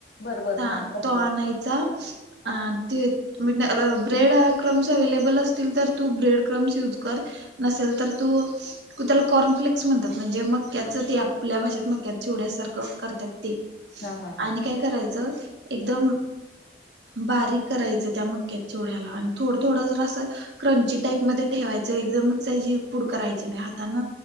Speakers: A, on the left (about 70°); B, on the right (about 70°).
A: बर बर
B: तो,
A: हा समजलं
B: आणायचा अ ते ब्रेड क्रम्स अव्हेलेबल, असतील तर तू ब्रेड क्रम्स युज कर. नसेल, तर तू कु त्याला, कॉर्नफ्लेक्स म्हणतात, म्हणजे मक्याचं ते आपल्या भाषेत मक्या चेवड्यासारखं करतात ते.
A: हा हा हा
B: आणि काय करायचं, एकदम बारीक करायचं, त्या मक्क्याच्या चिवड्याला, आणि थोडं थोडं जड असं. क्रंची टाईप मध्ये ठेवायचं, एकदमच त्याची पुड करायची नाही हातान.